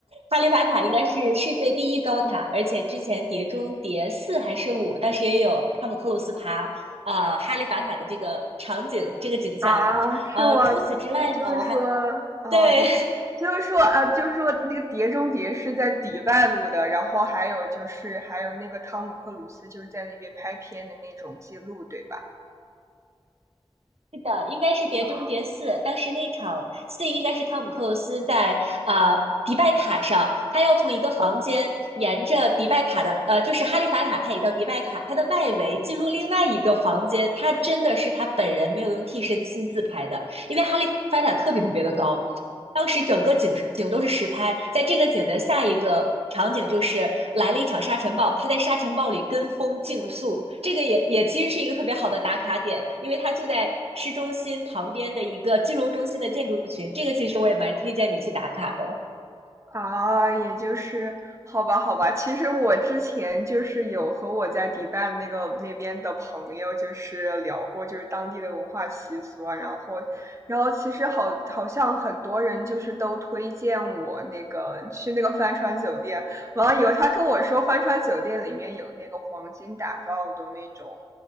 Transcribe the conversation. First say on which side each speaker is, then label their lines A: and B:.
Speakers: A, on the right (about 75°); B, on the right (about 30°).
A: 哈利法塔应该是世界第一高塔，而且之前《碟中谍四》还是五，当时也有汤姆克鲁斯爬呃哈利法塔的这个场景，这个景象。
B: 啊，是我，
A: 呃，除此之外呢，
B: 就是说，
A: 我还
B: 哦，
A: 对
B: 你就是说啊，就是说那个《碟中谍》是在迪拜录的，然后还有就是还有那个汤姆克鲁斯就是在那边拍片的那种记录，对吧？
A: 是的，应该是《碟中谍四》。
B: 嗯
A: 当时那场戏应该是汤姆·克鲁斯在啊、呃迪拜塔上，他要从一个房间沿着迪拜塔的呃，就是哈利法塔，它也叫迪拜塔，它的外围进入另外一个房间。他真的是他本人没有用替身亲自拍的，因为哈利法塔特别特别的高，当时整个景景都是实拍，在这个景的下一个场景就是来了一场沙尘暴，他在沙尘暴里跟风竞速，这个也也其实是一个特别好的打卡点，因为它就在市中心旁边的一个金融中心的建筑群，这个其实我也蛮推荐你去打卡的。
B: 啊，也就是好吧，好吧。其实我之前就是有和我在迪拜那个那边的朋友就是聊过，就是当地的文化习俗啊，然后，然后其实好好像很多人就是都推荐我那个去那个帆船酒店，完了以后他跟我说帆船酒店里面有那个黄金打造的那种。